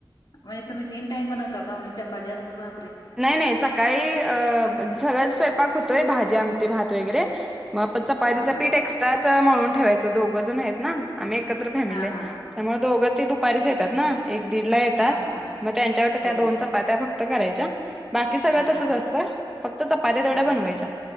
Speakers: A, on the left (about 55°); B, in the centre.
A: म्हणजे तुम तिन टाईम बनवता का म चपाती असतो भा
B: नाही नाही सकाळी अ सगळा स्वयंपाक होतोय भाजी, आमटी, भात वगैरे मग चपातीचं
A: हा हा
B: पीठ एक्स्ट्राच मळून ठेवायचं दोघं जण आहेत ना आम्ही एकत्र फॅमिली
A: हा
B: आहे.
A: हा
B: त्यामुळे दोघं ते दुपारीच येतात ना एक दीड ला येतात
A: हा हा
B: मग त्यांच्यावर
A: हो
B: त्या दोनचा
A: हो
B: पातऱ्या फक्त करायच्या बाकी सगळं
A: हा
B: तसंच
A: हा
B: असतंय फक्त चपात्या तेवढ्या
A: हा
B: बनवायच्या
A: हा